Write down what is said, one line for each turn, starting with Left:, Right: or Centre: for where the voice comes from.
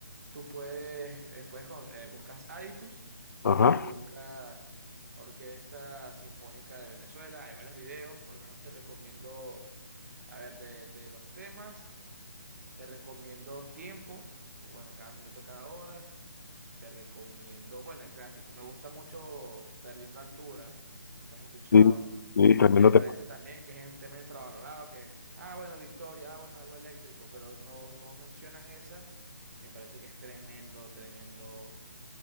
Right: Tú puedes, eh, puedes con- eh, buscas Aditus
Left: Ajá.
Right: y buscas Orquesta Sinfónica de Venezuela. Hay varios videos, por lo menos te recomiendo A ver, de, de los temas, te recomiendo tiempo, o bueno, cada minuto, cada hora. Te recomiendo, bueno, el clásico. Me gusta mucho Perdiendo Altura. No sé si la has escuchado.
Left: Sí, sí, tremendo
Right: Me parece
Left: tema.
Right: también que es un tema infravalorado, que, ah, bueno, Victoria, ah, bueno, algo eléctrico, pero no, no mencionan esa. Y me parece que es tremendo, tremendo,